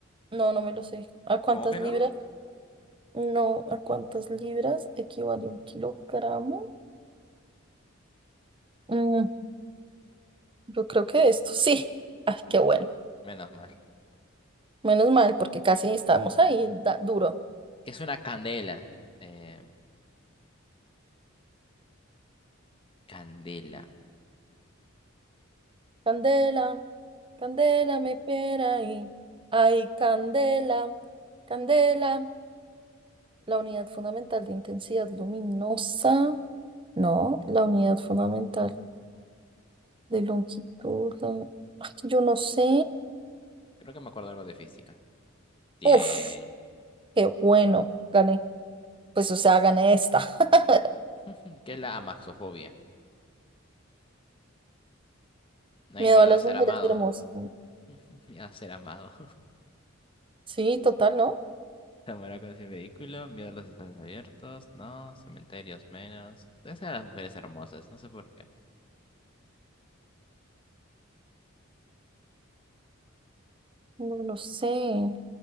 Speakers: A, on the right (about 25°); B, on the left (about 25°).
A: No, no me lo sé. ¿A cuántas
B: ¿Cómo que
A: libras?
B: no?
A: No, ¿a cuántas libras equivale un kilogramo? Mm, yo creo que esto, sí. Ay, qué bueno.
B: Menos mal.
A: Menos mal, porque casi estábamos ahí, da- duro.
B: ¿Qué es una candela? Eh, candela.
A: Candela, candela, me pera ahí. Ay, candela, candela. La unidad fundamental de intensidad luminosa. No, la unidad fundamental de longitud. la- Ay, yo no sé.
B: Creo que me acuerdo algo de física. Bien.
A: Uf, qué bueno. Gané. Pues, o sea, gané esta. <laughs>
B: <laughs> ¿Qué es la amaxofobia? No hay
A: Miedo
B: miedo
A: a las
B: a ser
A: mujeres
B: amado.
A: hermosas.
B: <laughs> Miedo a ser amado.
A: Sí, total, ¿no?
B: Zamora con su vehículo, miedo a los espacios abiertos, no, cementerios menos. Esa a las mujeres hermosas, no sé por qué.
A: No lo sé.